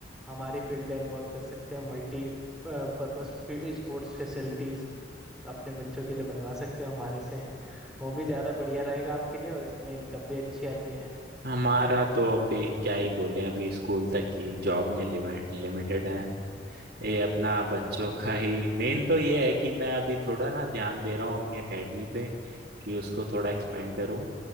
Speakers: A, in the centre; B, on the right (about 60°).
A: हमारी फील्ड का इन्वॉल्व कर सकते हैं मल्टी पर्पस स्पोर्ट्स फैसिलिटीज अपने बच्चों के लिए बनवा सकते हो हमारे से वो भी ज़्यादा बढ़िया रहेगा आपके लिए और इसमें इनकम भी अच्छी आती है
B: हमारा तो अभी क्या ही बोले अभी स्कूल तक की जॉब में लिमिटेड है ये अपना बच्चों <laughs> का ही मेन तो ये है कि मैं अभी थोड़ा ना ध्यान दे रहा हूँ अपनी एकेडमी पे कि उसको थोड़ा एक्सपेंड करूँ